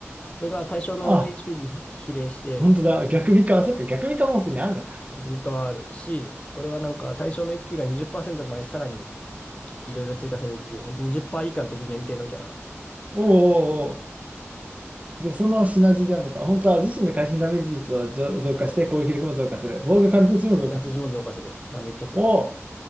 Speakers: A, on the left; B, on the right.
A: これが対象の
B: あ、
A: HP に比例して
B: 本当だ。逆ミカ。そっか、逆ミカもすでにあるのか。
A: 積み変わるし、これはなんか対象の HP が20%の前にさらにいろいろ追加されるっていう、ほんと20%以下の時限定のキャラ。
B: おーおーで、そのシナジーであるのか、本当は自身の会心ダメージ率を上増加して攻撃力も増加する。
A: そう
B: 防御貫通値も増加する。
A: こういう感じ私も増加する。あ、めっちゃ強い。
B: を